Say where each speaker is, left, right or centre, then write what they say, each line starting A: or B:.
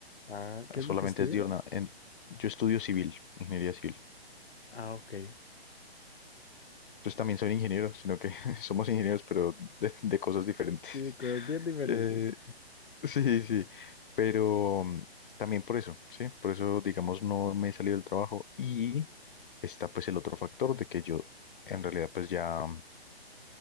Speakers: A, on the left; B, on the left.
A: ah, ¿qué
B: solamente
A: es lo que estudias?
B: es diurna. En- yo estudio civil, ingeniería civil.
A: Ah, ok.
B: Entonces también soy ingeniero, sino que <laughs> somos ingenieros, pero de, de cosas diferentes.
A: Sí, cosas
B: <laughs>
A: bien diferentes.
B: Eh, sí, sí, pero mm, también por eso, sí, por eso, digamos, no me he salido del trabajo y está pues el otro factor de que yo en realidad pues ya...